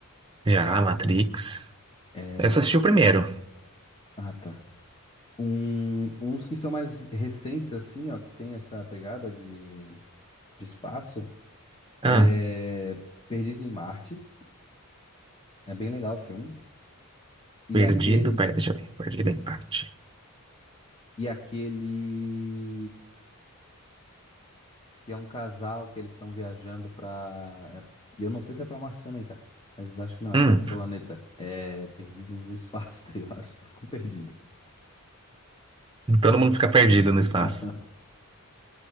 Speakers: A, on the right; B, on the left.
A: Já, Matrix.
B: É...
A: Eu só assisti o primeiro.
B: Ah, tá. Um... Uns que são mais recentes, assim, ó, que tem essa pegada de, de espaço,
A: Ah,
B: é Perdido em Marte. É bem legal o filme. E
A: perdido.
B: aquele...
A: Pera, deixa eu ver. Perdido em parte.
B: E aquele... que é um casal que eles estão viajando pra. E eu não sei se é pra Marte também, tá? Mas acho que não, é
A: Hum,
B: pra outro planeta. É Perdidos no Espaço, <laughs> tá? Eu acho, tô com perdido. <laughs>
A: todo mundo fica perdido no espaço.
B: Ah,